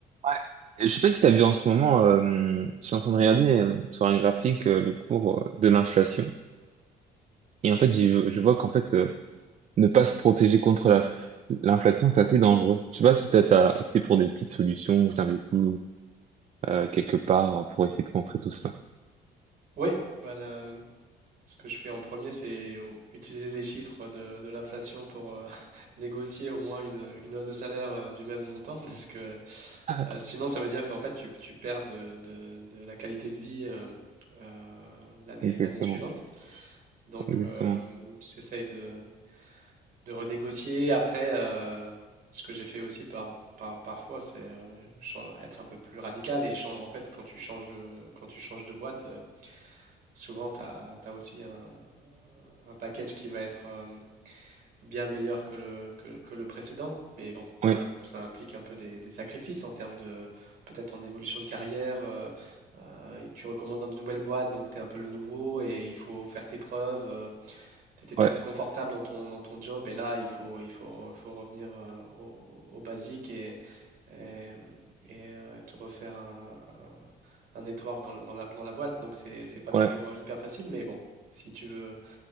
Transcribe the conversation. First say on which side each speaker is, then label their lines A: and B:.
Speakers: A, on the right; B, on the right.
A: Ouais. Je sais pas si tu as vu en ce moment, euh, je suis en train de regarder euh, sur un graphique euh, le cours euh, de l'inflation. Et en fait, j'y- je vois qu'en fait, euh, ne pas se protéger contre la, l'inflation, c'est assez dangereux. Je sais pas si toi, t'as opté pour des petites solutions ou t'as investi euh, quelque part hein, pour essayer de contrer tout cela.
B: Oui, ben là, ce que je fais en premier, c'est au- utiliser les chiffres de, de l'inflation pour euh, <laughs> négocier au moins une, une hausse de salaire euh, du même montant, <laughs> parce que
A: Ah,
B: euh, sinon, ça veut dire qu'en fait, tu, tu perds de, de- de la qualité de vie euh, euh, l'année,
A: Exactement,
B: l'année suivante. Donc,
A: exactement.
B: euh, j'essaye de, de renégocier. Après, euh, ce que j'ai fait aussi par, par- parfois, c'est euh, chan- être un peu plus radical. Et chan- en fait, quand tu changes de, quand tu changes de boîte, euh, souvent, tu as, aussi un, un package qui va être euh, bien meilleur que le, que, que le précédent, mais bon, ça,
A: Ouais,
B: im- ça implique un peu des, des sacrifices en termes de peut-être en évolution de carrière. euh, euh, et tu recommences dans une nouvelle boîte, donc tu es un peu le nouveau et il faut faire tes preuves. euh, t'étais peut-être
A: ouais,
B: confortable dans ton, dans ton job et là, il faut, il faut, il faut revenir euh, au, au basique et, et, et, euh, te refaire un, un, un network dans, le- dans la, dans la boîte. Donc, c'est, c'est pas
A: ouais,
B: toujours hyper facile, mais bon, si tu veux